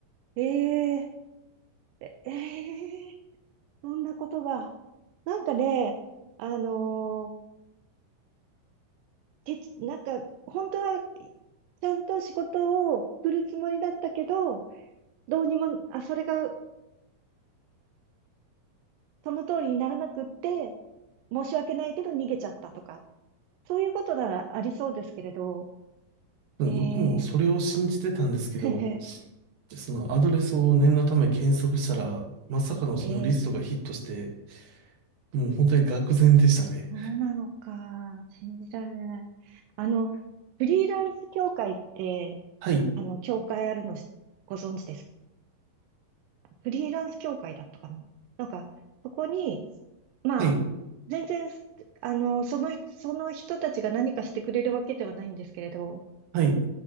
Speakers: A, on the right; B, on the right.
A: ええええそんなことが。なんかね、あのーてつ、なんか、本当は、ちゃんと仕事を振るつもりだったけど、どうにも、あ、それがその通りにならなくって、申し訳ないけど逃げちゃったとか、そういうことならありそうですけれど、
B: なんか僕もそれを信じてたんですけど、
A: ええ <laughs>
B: そのアドレスを念のため検索したら、まさかのそのリストがヒットして、
A: ええ
B: もう本当に愕然でしたね。
A: そうなのか、信じられない。あの、フリーランス協会って、
B: はい、
A: あの、協会あるのしご存知ですフリーランス協会だったかな。なんか、そこに、まあ、
B: はい、
A: 全然、あの、その、その人たちが何かしてくれるわけではないんですけれど、
B: はい。